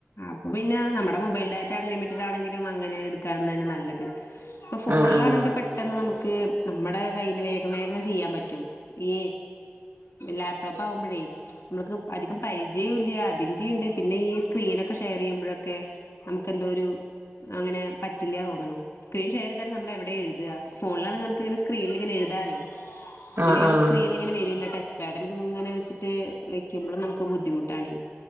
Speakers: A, on the left (about 80°); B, on the right (about 65°).
A: അപ്പൊ പിന്നെ നമ്മുടെ മൊബൈൽ ഡാറ്റ അൺലിമിറ്റഡ് ആണെങ്കിലും അങ്ങനെ എടുക്കാന്നതന്നെ നല്ലത്. ഇപ്പൊ ഫോണിലാണെങ്കി
B: ആഹ് ആഹ്
A: പെട്ടെന്ന് നമുക്ക് നമ്മുടെ. കയ്യിൽ വേഗം വേഗം ചെയ്യാൻ പറ്റും ഈ ലാപ്ടോപ്പ് ആകുമ്പോഴേ. നമ്മുക്ക് അധികം പരിചയല്ല അതിന്റെണ്ട് പിന്നെ ഈ സ്ക്രീനൊക്കെ ഷെയർ ചെയ്യുമ്പോഴൊക്കെ. നമുക്ക് എന്തോ ഒരു. അങ്ങനെ പറ്റില്ലാ തോന്നണോ സ്ക്രീൻ ഷെയർ ചെയതാല് നമ്മളവിടെ എഴുത ഫോണിലണെങ്കിൽ നമുക്ക്ങ്ങനെ സ്ക്രീനില്. എഴുതാലോ ഇതില്ങ്ങനെ
B: ആഹ് ആഹ് ആഹ്
A: സ്ക്രീനിൽ ഇങ്ങനെ വരുല്ലോ ടച്ച്. പെടലി ഇങ്ങനെ വെച്ചിട്ട് വെക്കുമ്പോഴും നമുക്ക് ബുദ്ധിമുട്ടാണ്.